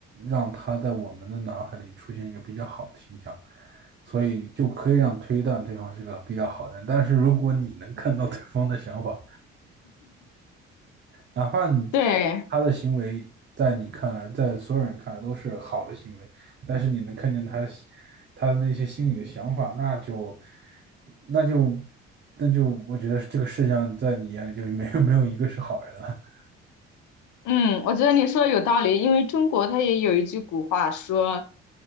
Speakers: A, on the right (about 35°); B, on the left (about 65°).
A: 让他在我们的脑海里出现一个比较好的形象。所以就可以让推断对方是个比较好的人。但是如果你能看到对方的想法，哪怕你
B: <laughs> 对。
A: 他的行为在你看来，在所有人看来都是好的行为，但是你能看见他他的那些心里的想法，那就那就那就我觉得这个世界上在你眼里就没有没有一个是好人了。<laughs>
B: 嗯，我觉得你说的有道理，因为中国它也有一句古话说，